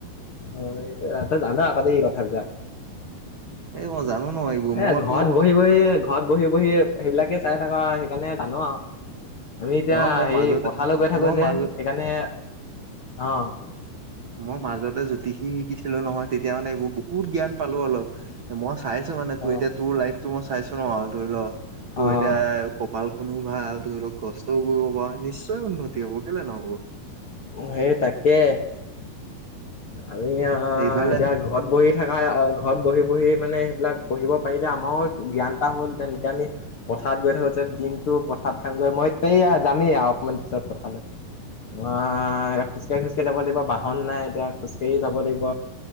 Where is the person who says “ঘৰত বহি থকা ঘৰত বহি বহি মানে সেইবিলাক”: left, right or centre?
Left